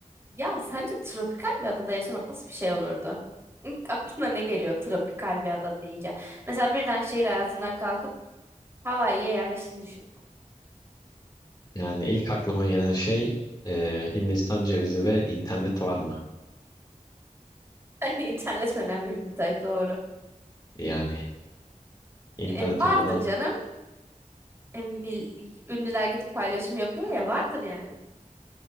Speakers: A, on the right; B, on the left.
A: Ya sence tropikal bir adada yaşamak nasıl bir şey olurdu? İlk aklına ne geliyor tropikal bir ada deyince? Mesela birden şehir hayatından kalkıp Hawaii'ye yerleştiğini düşün.
B: Yani ilk aklıma gelen şey e, Hindistan cevizi ve internet var mı?
A: <laughs> İnternet önemli bir detay doğru.
B: Yani internet
A: E, vardır
B: olmadan
A: canım. E, mil- ünlüler gidip paylaşım yapıyor ya vardır yani.